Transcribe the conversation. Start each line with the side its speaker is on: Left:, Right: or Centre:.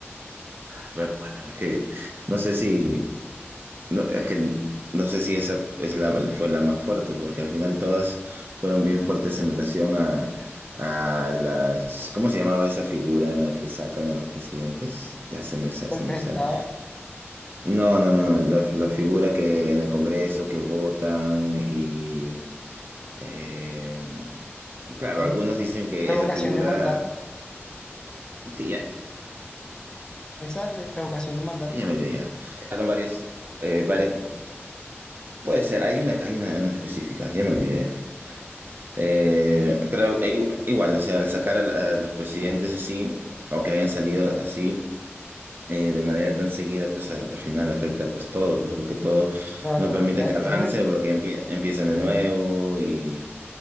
Right: a ver, bueno, es que no sé si... No, es que no sé si esa es la, fue la más fuerte, porque al final todas fueron bien fuertes en relación a, a las... ¿Cómo se llamaba esa figura en la que sacan a los presidentes? Ya se me, sa-
Left: golpe
Right: se me
Left: de
Right: sale.
Left: Estado,
Right: No, no, no, no, la, la figura que en el Congreso que votan y... eh, claro,
Left: ¿no?
Right: algunos dicen que
Left: revocación
Right: esa figura...
Left: de mandato,
Right: Sí, ya,
Left: esa re- revocación de mandato.
Right: ya me olvidé ya. Sacaron varias, eh, varias... Puede ser, hay una, hay una, una específica, ya me olvidé. Eh, pero i- igual, o sea, al sacar al- a, los presidentes así, o que hayan salido así, eh, de manera tan seguida, pues a- al final afecta pues todo, pues porque todo
Left: Claro,
Right: no permite
Left: la-
Right: que avance,
Left: es una,
Right: porque empie- empiezan de nuevo y,